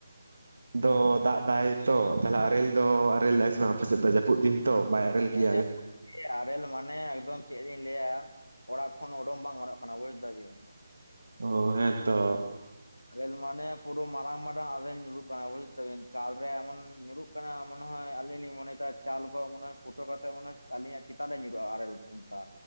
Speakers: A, on the right (about 75°); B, on the left (about 85°).
A: ᱫᱚ ᱫᱟᱜ ᱫᱟᱭ ᱛᱚ ᱛᱟᱦᱚᱞᱮ ᱟᱨᱮᱞ ᱫᱚ ᱟᱨᱮᱞ ᱫᱟᱭ ᱥᱮ ᱵᱟᱝ ᱟᱯᱮ ᱥᱮᱫ ᱫᱚ ᱡᱟᱹᱯᱩᱫ ᱫᱤᱱ ᱛᱚ ᱵᱟᱭ ᱟᱨᱮᱞ
B: <unintelligible>
A: ᱜᱮᱭᱟ ᱟᱞᱮ
B: ᱟᱨᱮᱞ ᱢᱟᱱᱮ ᱮᱠᱫᱚᱢ ᱪᱮᱫ ᱞᱤᱧ ᱞᱟᱹᱭᱟ ᱚᱲᱟᱜ ᱠᱷᱚᱱ ᱩᱰᱩᱠ ᱵᱟᱝ ᱜᱚᱱᱚᱜ ᱠᱟᱱᱟ ᱵᱩᱡ ᱫᱟᱵᱤᱱ
A: ᱳᱻ ᱦᱮᱸᱛᱚ
B: ᱟᱨᱮᱞ ᱢᱟᱱᱮ ᱯᱩᱨᱟᱹ ᱢᱟᱨᱟᱝ ᱢᱟᱨᱟᱝ ᱟᱨᱮᱞ ᱧᱩᱨᱩᱜ ᱠᱟᱱᱟ ᱵᱩᱡ ᱫᱟᱵᱤᱱ ᱪᱟᱞ ᱨᱮ ᱮᱢᱚᱱ ᱧᱩᱨᱩᱜ ᱠᱟᱱᱟ ᱢᱚᱱᱮ ᱦᱚᱭ ᱟᱹᱞᱤᱧ ᱞᱤᱧ ᱢᱚᱱᱮᱭᱫᱟ ᱪᱟᱞᱠᱳ ᱢᱚᱱᱮ ᱯᱷᱩᱴᱟᱹ ᱠᱟᱛᱮ ᱢᱚᱱᱮ ᱦᱚᱭ ᱟᱹᱞᱤᱧᱟᱜ ᱪᱮᱛᱟᱱ ᱨᱮ ᱧᱩᱨᱩᱜᱼᱟ ᱟᱨᱮᱞ ᱠᱚ ᱚᱱᱠᱟ